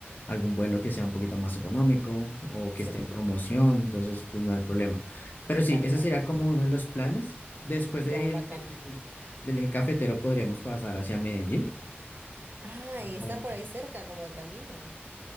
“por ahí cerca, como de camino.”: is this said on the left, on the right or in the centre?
Right